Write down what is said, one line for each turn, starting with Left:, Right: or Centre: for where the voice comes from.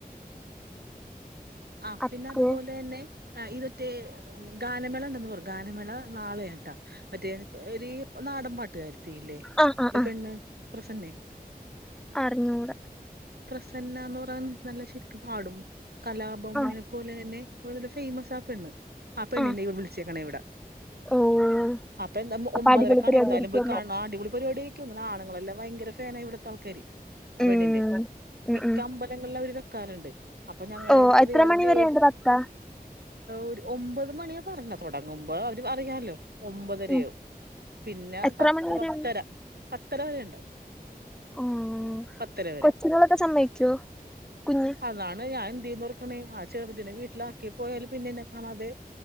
Right: ആഹ്
Centre: അപ്പോ
Right: പിന്ന അതുപോലെ തന്നെ ആഹ് ഇത് മറ്റേ ഗാനമേള ഉണ്ടെന്ന് പറഞ്ഞ് ഗാനമേള നാളെയാട്ടാ മറ്റേന്ന് ഇപ്പ ഒരു ഈ നാടൻ പാട്ട്കാരത്തീല്ലേ
Centre: ആഹ് ആഹ്
Right: ഒരു
Centre: ആഹ്
Right: പെണ്ണ് പ്രസന്നെ
Centre: അറിഞ്ഞൂട
Right: പ്രസന്ന എന്ന് പറയ്ന്ന നല്ല ശരിക്ക് പാടും കലാപവംമണിനെ
Centre: ആഹ്
Right: പോലെ തന്നെ പ്പോല ഫേമസ് ആ പെണ്ണ് ആ പെണ്ണിനെയാ
Centre: ആഹ്
Right: വിളിച്ചേക്കണ ഇവിട
Centre: ഓഹ്
Right: അപ്പൊ എന്താ
Centre: അപ്പൊ
Right: ഒമ്പതരക്കാണ്
Centre: അടിപൊളി പരിപാടി
Right: എന്തായാലും
Centre: ആയിരിക്കുവല്ലോ
Right: പോയി കാണണം അടിപൊളി പരിപടി ക്ക് തോന്നണ് ആണ്ളങ്ങളെല്ലാം ഭയങ്കര ഫേനാ ഇവിടത്താൾക്കാര് ആഹ്
Centre: ഉം
Right: പെണ്ണിന്റെ
Centre: ഉം
Right: മിക്ക
Centre: ഉം
Right: അമ്പലങ്ങളിലും അവര് വെക്കാറുണ്ട് അപ്പൊ ഞങ്ങടെ
Centre: ഓഹ്
Right: അവിടെ
Centre: എത്ര
Right: വെർദേവ്
Centre: മണി വരെയുണ്ട് പത്താ
Right: ഒരു ഒമ്പത് മണിയാ പറഞ്ഞെ തുടങ്ങുമ്പോ അവര് അറിയാല്ലോ ഒമ്പതരയാവും
Centre: ഉം
Right: പിന്നെ
Centre: എത്ര
Right: പത്ത്
Centre: മണി വരെയുണ്ട്
Right: പത്തര പത്തര വരെയൊണ്ടാവും
Centre: ആഹ്
Right: പത്തര വരെ
Centre: കൊച്ചുങ്ങളൊക്കെ സമ്മതിക്കുവോ കുഞ്ഞ്
Right: അതാണ് ഞാൻ എന്ത് ചെയ്യുവെന്നോർക്കെ ണെ ആഹ് ചെറുതിനെ വീട്ടിലാക്കി പോയാല് പിന്നെന്നെ കാണാതെ